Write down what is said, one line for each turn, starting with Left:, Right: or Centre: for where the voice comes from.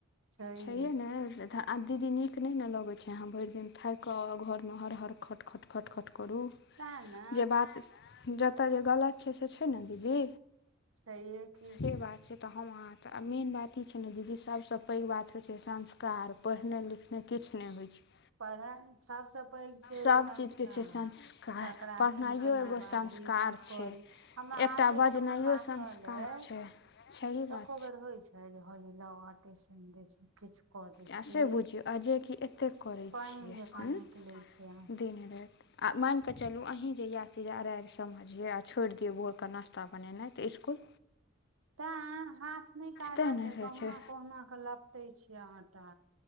Right: छैहे
Left: छैये ने। दीदी नीक नहि ने लगै छै अहाँ भरि दिन थाकि कऽ आउ आ घरमे हर हर खट खट खट खट करू।
Right: तें ने
Left: जे बात जतय जे गलत छै से छै ने दीदी।
Right: छैहे कि।
Left: ठीक बात। तऽ हम अहाँ त आ मेन बात ई छै ने दीदी सभसँ पैघ बात होइ छै संस्कार पढ़नाइ लिख ने किछु नहि होइ छै।
Right: पढ़ल सबसँ पैघ छै
Left: सब
Right: संस्कार
Left: चीज के छै संस्कार
Right: ककरा
Left: पढ़नाइयो
Right: संगे केना
Left: एगो
Right: बाजी
Left: संस्कार
Right: की
Left: छै
Right: करी हमरा
Left: एकटा
Right: हाथे
Left: बजनाइओ
Right: एहन पाकल
Left: संस्कार
Right: अइ
Left: छै। सही बात
Right: एको बेर होइ छै जे हं यै लाई आटे सानि दै छी। किछु कऽ दै
Left: आ
Right: छी
Left: से बुझियौ आ जेकि एतेक करै
Right: पानि
Left: छियै
Right: जकाँ
Left: हूँ
Right: निकलै छै अ
Left: दिन राति। आ मानि कऽ चलू अहीँ जे इएह चीज अरारि समझियै आ छोड़ि दियौ भोरके नाश्ता बनेनाइ तऽ इसकुल
Right: <inaudible> तैँ हाथ नहि काजक
Left: तऽ नहि
Right: अइ
Left: होइ
Right: कहुना
Left: छै
Right: कहुना कऽ लपटै छियै आटा।